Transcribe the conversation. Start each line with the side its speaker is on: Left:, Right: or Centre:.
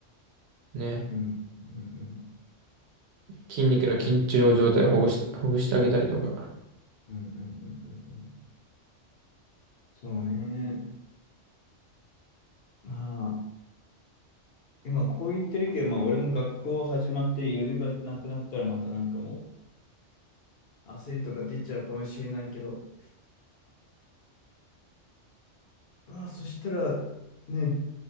Right: ね、
Left: うん、うん、
Right: 筋肉の緊張状態をほぐした、ほぐしてあげたりとか。
Left: うん、うん、うん、うん、うんうんそうね。まあ、今こう言ってるけど、まあ俺も学校始まって余裕がなくなったらまたなんかもう焦りとか出ちゃうかもしれないけど、まあそしたらね、